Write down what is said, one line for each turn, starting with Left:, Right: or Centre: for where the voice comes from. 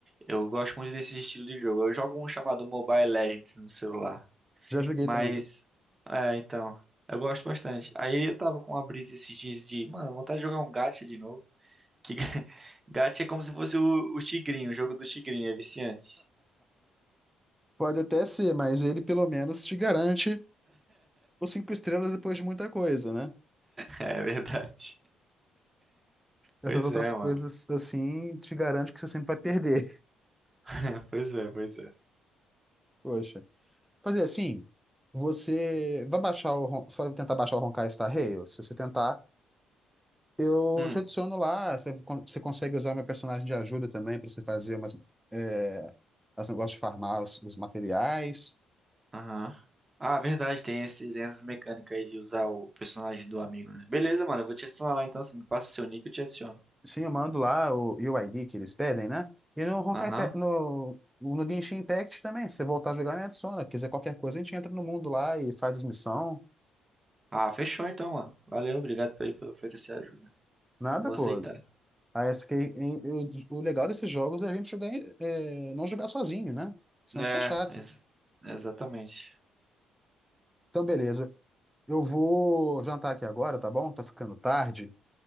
Right: eu gosto muito desse estilo de jogo. Eu jogo um chamado Mobile Legends no celular.
Centre: Já joguei
Right: Mas,
Centre: também.
Right: é, então, eu gosto bastante. Aí eu tava com uma brisa esses dias de, mano, vontade de jogar um gacha de novo. Que <laughs> Gacha é como se fosse o, o Tigrinho, o jogo do Tigrinho, é viciante. <laughs>
Centre: Pode até ser, mas ele pelo menos te garante os cinco estrelas depois de muita coisa, né?
Right: É verdade.
Centre: Essas
Right: Pois
Centre: outras
Right: é,
Centre: coisas,
Right: mano.
Centre: assim, te garante que você sempre vai perder.
Right: <laughs> Pois é, pois é.
Centre: <laughs> Poxa. Fazer assim, você vai baixar o... Hon- Só tentar baixar o Honkai Star Rail? Se você tentar, eu
Right: Hum,
Centre: te adiciono lá. Você, con- você consegue usar meu personagem de ajuda também pra você fazer umas... É, as negócios de farmar os, os materiais.
Right: aham. Ah, verdade, tem esse, tem essas mecânicas aí de usar o personagem do amigo, né? Beleza, mano, eu vou te adicionar lá então. Você me passa o seu nick, eu te adiciono.
Centre: Sim, eu mando lá o UID que eles pedem, né? E no Honkai,
Right: Aham.
Centre: Pe- no, no Genshin Impact também, se você voltar a jogar, me adiciona. Quiser qualquer coisa, a gente entra no mundo lá e faz as missões.
Right: Ah, fechou então, mano. Valeu, obrigado por, aí, por oferecer ajuda.
Centre: Nada,
Right: Vou
Centre: pô.
Right: aceitar.
Centre: Aí, isso que, em- o, o legal desses jogos é a gente jogar, em- é, não jogar sozinho, né? Senão
Right: É,
Centre: fica chato.
Right: ex- exatamente.
Centre: Então, beleza. Eu vou jantar aqui agora, tá bom? Tá ficando tarde.